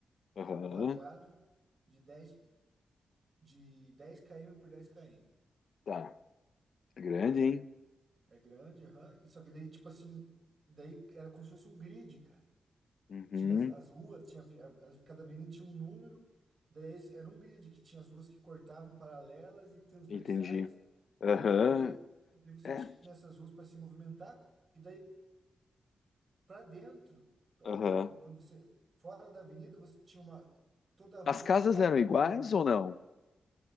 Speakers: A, on the left; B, on the right.
A: Aham,
B: era um quadrado de dez de 10 km por dez km,
A: Tá. Grande,
B: tá?
A: hein?
B: É grande, aham. E só que daí, tipo assim, daí era como se fosse um grid, cara.
A: Uhum,
B: Tinha as, as ruas, tinha, vi- a- as- cada avenida tinha um número, daí esse- era um grid que tinha as ruas que cortavam paralelas e transversais,
A: entendi. Aham,
B: e daí, e daí você
A: é,
B: tinha essas ruas para se movimentar, e daí para dentro, pra-
A: aham.
B: quando você fora da avenida, você tinha uma toda a rua
A: As casas
B: terminava
A: eram
B: num
A: iguais
B: balão.
A: ou não?